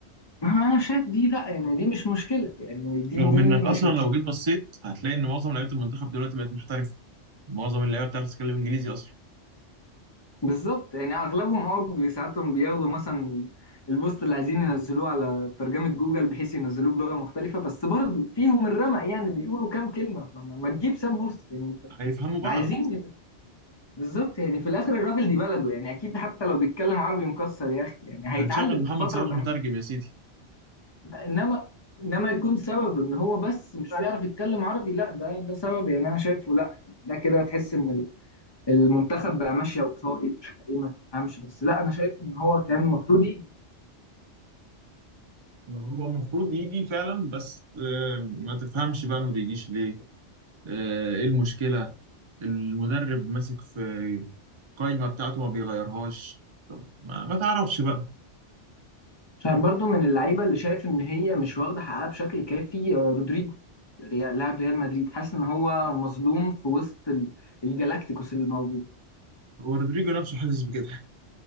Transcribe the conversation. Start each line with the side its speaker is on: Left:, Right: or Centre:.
Left: ما انا شايف دي لا يعني دي مش مشكله يعني دي
Right: رغم
Left: دي
Right: انك
Left: مش
Right: اصلا لو جيت بصيت هتلاقي ان معظم لعيبه المنتخب دلوقتي بقت محترفه معظم اللعيبه بتعرف تتكلم انجليزي اصلا
Left: بالظبط يعني اغلبهم اه بي- ساعاتهم بياخدوا مثلا البوست اللي عايزين ينزلوه على ترجمة جوجل بحيث ينزلوه بلغة مختلفة بس برضه فيهم الرمق يعني بيقولوا كام كلمة فما ما تجيب سام مرسي يعني انت
Right: هيفهموا
Left: إحنا
Right: بعض
Left: عايزين بالظبط يعني في الاخر الراجل دي بلده يعني اكيد حتى لو بيتكلم عربي مكسر يا اخي يعني هيتعلم
Right: هنشغل محمد
Left: في الفترة
Right: صلاح
Left: اللي
Right: مترجم
Left: هي-
Right: يا سيدي
Left: انما انما يكون سبب ان هو بس مش بيعرف يتكلم عربي لا ده ده سبب يعني انا شايفه لا ده كده تحس ان المنتخب بقى ماشيه وفاقد ايه ما تفهمش بس لا انا شايف ان هو كان المفروض يجي
Right: يعني هو المفروض يجي فعلا بس آه، ما تفهمش بقى ما بيجيش ليه آه، ايه المشكلة المدرب ماسك في القايمة بتاعته ما بيغيرهاش ما, ما تعرفش بقى
Left: عشان برضو من اللعيبه اللي شايف ان هي مش واخده حقها بشكل كافي آه، رودريجو ريال- لاعب ريال مدريد حاسس ان هو مظلوم في وسط ال- الجلاكتيكوس اللي موجود
Right: رودريجو نفسه حاسس بكده